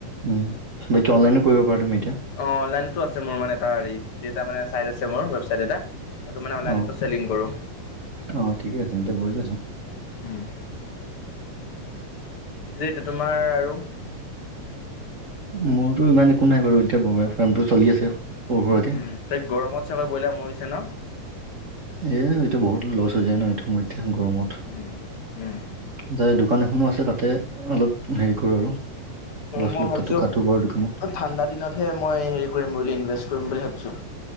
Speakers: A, on the right; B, on the left.
A: উম, বাকী অনলাইনো কৰিব পাৰা তুমি এতিয়া।
B: অ', অনলাইনতো আছে মোৰ মানে এটা হ মানে চাইট আছে মোৰ ৱেবচাইট এটা এটো মানে অনলাইন
A: অ',
B: চেলিং কৰো।
A: অ', ঠিকেই আছে ন ত'বছচোন
B: উম। যি এইটো তোমাৰ আৰু
A: মোৰতো ইমান একো নাই বাৰু এতিয়া বয়লাৰ ফ্ৰামটো চলি আছে। সৰু সুৰাকে,
B: উ তাই গৰমত চাগৈ বইলাৰ মৰিছে ন?
A: এ এইতিটো বহুত লছ হৈ যায় ন এইটো সময় এতিয়া গৰমত।
B: উম, উম।
A: তা দোকান এখনো আছে তাতে অলপ হেৰি কৰো আৰু। অলপ
B: মই
A: চলপ
B: ভাবিছো
A: তাতো কাটো বাৰু দোকানত।
B: ঠাণ্ডা দিনতহে মই হেৰি কৰিম বুলি ইনভেষ্ট কৰিম বুলি ভাবিছো।